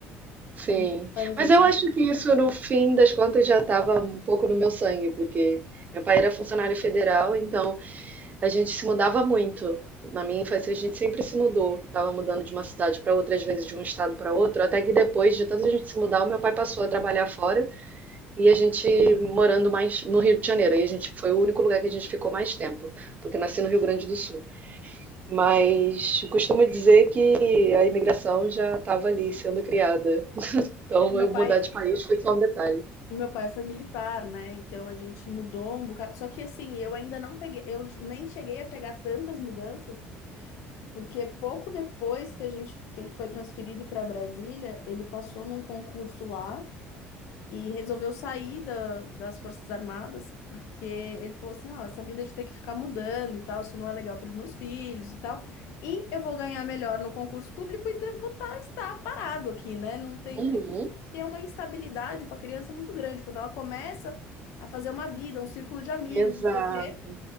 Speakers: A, on the right; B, on the left.
A: Sim.
B: é muito punk,
A: Mas
B: assim.
A: eu acho que isso, no fim das contas, já estava um pouco no meu sangue, porque meu pai era funcionário federal, então a gente se mudava muito. Na minha infância, a gente sempre se mudou. Tava mudando de uma cidade para outra, às vezes de um estado para outro, até que depois de tanta gente se mudar, o meu pai passou a trabalhar fora. E a gente morando mais no Rio de Janeiro. Aí a gente foi o único lugar que a gente ficou mais tempo, porque nasci no Rio Grande do Sul. Mas eu costumo dizer que a imigração já estava ali sendo criada. Então
B: É, meu
A: eu
B: pai,
A: mudar de país foi só um detalhe.
B: Meu pai foi militar, né? Então a gente mudou um bocado. Só que assim, eu ainda não peguei, eu nem cheguei a pegar tantas mudanças, porque pouco depois que a gente que ele foi transferido para Brasília, ele passou num concurso lá. E resolveu sair da- das Forças Armadas, porque ele falou assim: não, essa vida de ter que ficar mudando e tal, isso não é legal para os meus filhos e tal. E eu vou ganhar melhor no concurso público e te- vou tá- estar parado aqui, né? Não tenho
A: Uhum.
B: que ter uma instabilidade para criança muito grande. Quando ela começa a fazer uma vida, um círculo de amigos,
A: Exato.
B: não sei o quê,